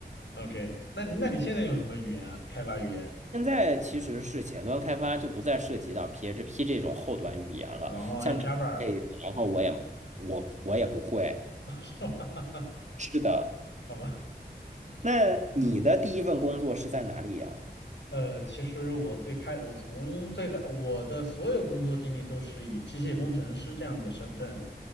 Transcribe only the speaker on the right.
现在其实是前端开发就不再涉及到 PHP 这种后端语言了，
像这类的然后我也我我也不会，
是的。
那你的第一份工作是在哪里呀？